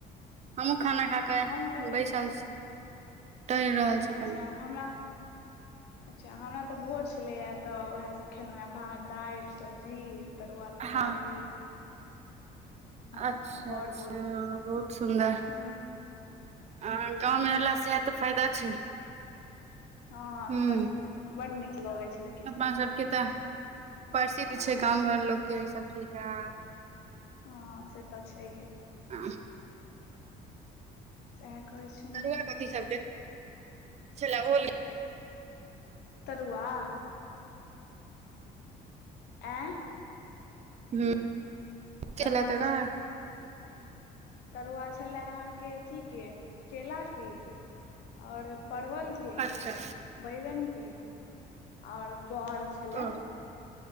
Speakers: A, on the right; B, on the left.
A: हमहु खाना खा कऽ,
B: हम तऽ खे
A: बैसल छी, ट रहल छी
B: अच्छा
A: कनि
B: हमरा <unintelligible> अच्छा हमरा तऽ भोज छलैए तऽ, उएहसभ खेलहुँ हेँ भात दाइल सब्जी तरुआ तरकारी
A: हँ
B: हँ
A: अच्छा
B: से बड़
A: -अच्छा
B: बोरी
A: बहुत सुन्दर
B: ह
A: हँ गाँवमे रहललासँ इएह तऽ फायदा छै।
B: हँ
A: हूँ
B: बड - बड नीक लगै छलइ
A: अपना सबके तऽ, प्रसिद्ध
B: हँ
A: छै, गाँव घर लोकके ई सब चीज गा
B: हँ से तऽ, छइ है
A: आ
B: सएह कहैत छै
A: तरुआ कथि सबके छले ओल
B: तरुआ आँ
A: <unintelligible>
B: तरुआ
A: हल त गा
B: तरुआ छेला अहाँके अथीके, केलाके। आऔर परवल के,
A: अच्छा
B: बैगन के, ओर बड़ छेला।
A: ओ